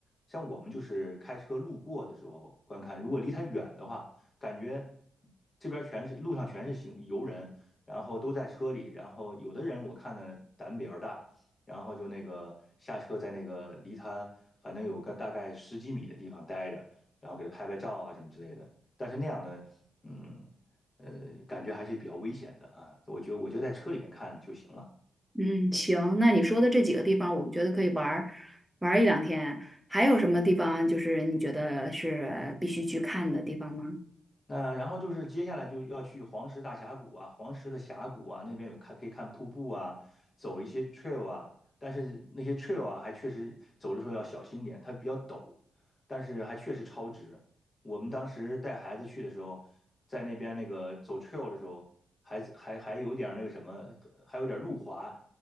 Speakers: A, on the left; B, in the centre.
A: 像我们就是开车路过的时候观看，如果离它远的话，感觉这边全是路上全是行游人，然后都在车里，然后有的人我看呢胆比较大，然后就那个下车在那个离他反正有个大概十几米的地方待着。然后给他拍拍照啊什么之类的。但是那样呢，嗯，呃，感觉还是比较危险的啊。我觉得，我觉得在车里面看就行了。
B: 嗯，行，那你说的这几个地方，我觉得可以玩儿玩儿一两天。还有什么地方就是你觉得是必须去看的地方吗？
A: 那然后就是接下来就要去黄石大峡谷啊，黄石的峡谷啊，那边有看可以看瀑布啊，走一些 trail 啊，但是那些 trail 啊，还确实走的时候要小心点，它比较陡，但是还确实超值。我们当时带孩子去的时候，在那边那个走 trail 的时候，还还还有点那个什么，还有点路滑，